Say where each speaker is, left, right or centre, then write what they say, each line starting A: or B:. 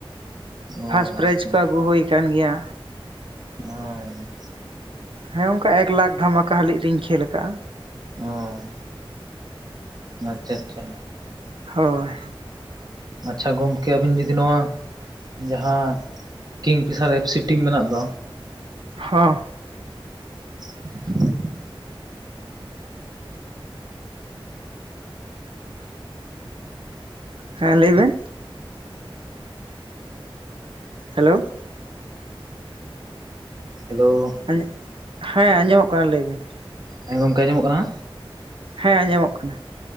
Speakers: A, on the right (about 45°); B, on the right (about 65°).
A: ᱚ
B: ᱯᱷᱟᱥᱴ ᱯᱨᱟᱭᱤᱡᱽ
A: ᱟᱪᱪᱷᱟ
B: ᱠᱚ ᱟᱹᱜᱩ ᱦᱩᱭ ᱠᱟᱱ ᱜᱮᱭᱟ᱾
A: ᱦᱩᱸ
B: ᱦᱮᱸ ᱚᱝᱠᱟ ᱮᱠ ᱞᱟᱠᱷ ᱫᱷᱟᱢᱟᱠᱟ ᱦᱟᱹᱞᱤᱡ ᱨᱤᱧ ᱠᱷᱮᱹᱞ ᱟᱠᱟᱜ-ᱟ᱾
A: ᱚ ᱟᱪᱪᱷᱟ ᱟᱪᱪᱷᱟ᱾
B: ᱦᱳᱭ᱾
A: ᱟᱪᱪᱷᱟ, ᱜᱚᱢᱠᱮ ᱟᱵᱤᱱ ᱡᱩᱫᱤ ᱱᱚᱣᱟ ᱡᱟᱦᱟᱸ ᱠᱤᱝ ᱯᱷᱤᱥᱟᱨ ᱮᱯᱷᱥᱤ ᱴᱤᱢ ᱢᱮᱱᱟᱜ ᱫᱚ
B: ᱦᱚᱸ
A: <inaudible>
B: ᱦᱮᱸ, ᱞᱟᱹᱭ ᱵᱮᱱ᱾ ᱦᱮᱞᱳ᱾
A: ᱦᱮᱞᱳ᱾
B: ᱮᱸᱜ, ᱦᱮᱸ ᱟᱸᱡᱚᱢᱚᱜ ᱠᱟᱱᱟ ᱞᱟᱹᱭ ᱵᱤᱱ᱾
A: ᱦᱮᱸ ᱜᱚᱝᱠᱮ ᱟᱸᱡᱚᱢᱚᱜ ᱠᱟᱱᱟ?
B: ᱦᱮᱸ ᱟᱸᱡᱚᱢᱚᱜ ᱠᱟᱱᱟ᱾